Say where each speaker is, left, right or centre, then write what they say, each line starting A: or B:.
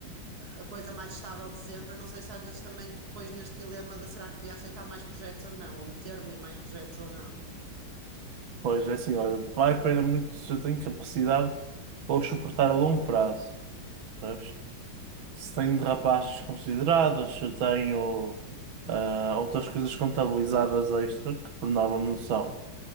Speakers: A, on the right (about 50°); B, on the right (about 80°).
A: a coisa mais estável de sempre. Eu não sei se às vezes também depois neste dilema de será que devia aceitar mais projetos ou não, ou meter-me em mais projetos ou não.
B: Pois é assim, olha, vai apanhar muito se eu tenho capacidade para o suportar a longo prazo, sabes se tenho derrapagens consideradas, se eu tenho ah, outras coisas contabilizadas extra, que por norma não são,